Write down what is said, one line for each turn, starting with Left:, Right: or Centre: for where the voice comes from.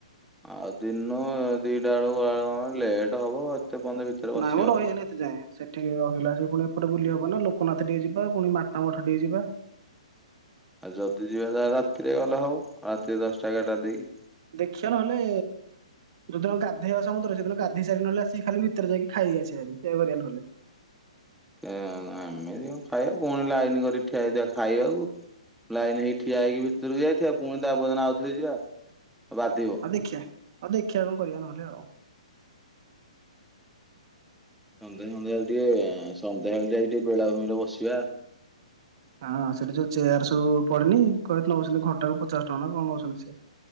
Centre: ଆଉ ଦିନ ଦିଟା ବେଳକୁ ଗଲା ବେଳେ କ ଲେଟ ହବ ଏତେ ବନ୍ଦ ଭିତରେ ବସି
Right: ନାଇଁ ମ
Centre: ହବ।
Right: ରହିଵାନାଇଁ। କେତେ ଯାଏ ସେଠି ରହିଲା ସେ ପୁଣି ଏପଟେ ବୁଲି ହବ ନା ଲୋକନାଥ ଟିକେ ଯିବା ପୁଣି ମାତା ମଠ ଟିକେ ଯିବା।
Centre: ଆଉ ଯଦି ଯିବା ଯାହାରାତିରେ ଗଲେ ହବ ରାତିରେ ଦଶଟା ଏଗାରଟା ଦେଇକି
Right: ଦେଖିଆ ନହେଲେ ଯୋଦିନ ଗାଧୋଇବା ସମୁଦ୍ରରେ ସେଦିନ ଗାଧୋଇ ସାରି ନହଲେ ଆସି ଖାଲି ଭିତରେ ଯାଇକି ଖାଇ ଆସିଵା ବାହାରି ନହଲେ
Centre: ଆମେ ଏମିତି କଣ ଖାଇବା ପୁଣି ଲାଇନ କରି ଠିଆ ହେଇଥିବା ଖାଇବାକୁ ଲାଇନ୍ ହେଇକି ଠିଆ ହେଇକି ଭିତରକୁ ଯାଇଥିବା ପୁଣି ତା ପରଦିନ ଆଉଥରେ ଯିବା ବାଧିବ।
Right: ଦେଖିଆ ଆଉ ଦେଖିବା କଣ କରିବା ନହେଲେ ଆଉ!
Centre: ସନ୍ଧ୍ୟା ସନ୍ଧ୍ୟାବେଳେ ଟିକେ ସନ୍ଧ୍ୟାବେଳେ ଯାଇକି ଟିକେ ବେଳାଭୂମି ରେ ବସିବା।
Right: ହଁ ସେଠି ଯୋଉ ଚେୟାର ସବୁ ପଡ଼ିନି କହି ନେଉଛନ୍ତି ଘଣ୍ଟା କ ପଚାଶ ଟଙ୍କା ନା କଣ ନଉଛନ୍ତି ସେ